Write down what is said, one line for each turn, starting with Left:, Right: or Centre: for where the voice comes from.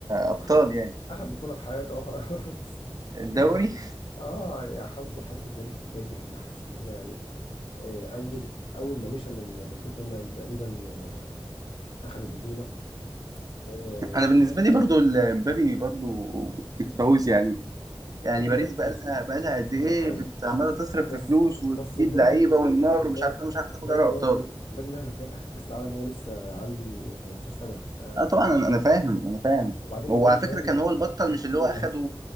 Right: ابطال
Left: اخد
Right: يعني
Left: اخد بطوله في حياته اه خلاص
Right: الدوري
Left: <laughs> اه يا حظه حظه بجد بجد كان نحس اللي هو يعني آه، اول اول ما مشى من من توتنهام تقريبا آه، اخد البطوله آه،
Right: <laughs> انا بالنسبه
Left: يعني
Right: لي برضو ال- مبابي برضو الكاوس يعني يعني
Left: لا امبابي
Right: باريس بقى
Left: بص
Right: لها بقى لها
Left: بص
Right: قد ايه
Left: أقول لك حاجه
Right: بت- عماله تصرف
Left: بس
Right: في فلوس وتجيب
Left: بس مبابي
Right: لعيبه والنار
Left: مبابي
Right: ومش عارف ايه مش عارفه تاخد
Left: مبابي
Right: دوري
Left: برضو
Right: ابطال
Left: مبابي مهما كان اخد كاس العالم هو لسه عنده 18 سنه
Right: اه طبعا
Left: ف... ف...
Right: انا أنا فاهم انا فاهم
Left: وبعدين
Right: هو
Left: مبابي
Right: على
Left: كمان
Right: فكره كان هو البطل مش اللي
Left: النها...
Right: هو اخده